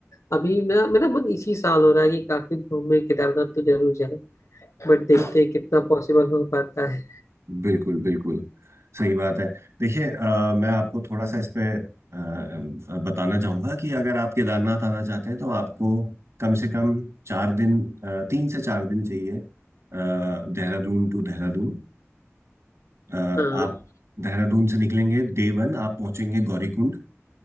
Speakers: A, on the left; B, on the right.
A: अभी मेरा मेरा मन इसी साल हो रहा है कि काफी घूमे केदारनाथ तो जरूर जाए बट देखते
B: तो
A: हैं कितना पॉसिबल हो पाता है
B: बिल्कुल बिल्कुल सही बात है देखिए अ, मैं आपको थोड़ा सा इस पे अ, अ, बताना चाहूंगा कि अगर आप केदारनाथ आना चाहते हैं तो आपको कम से कम चार दिन अ, तीन से चार दिन चाहिए अ, देहरादून टू देहरादून अ, आप
A: हाँ
B: देहरादून से निकलेंगे डे वन आप पहुंचेंगे गौरीकुंड